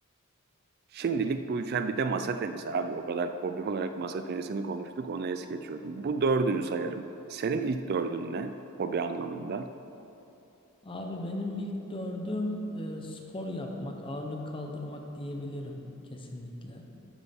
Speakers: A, on the right; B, on the left.
A: Şimdilik bu üç bir de masa tenisi abi. O kadar hobi olarak masa tenisini konuştuk. Onu es geçiyordum. Bu dördünü sayarım. Senin ilk dördün ne? Hobi anlamında.
B: Abi benim ilk dördüm e, spor yapmak, ağırlık kaldırmak diyebilirim kesinlikle.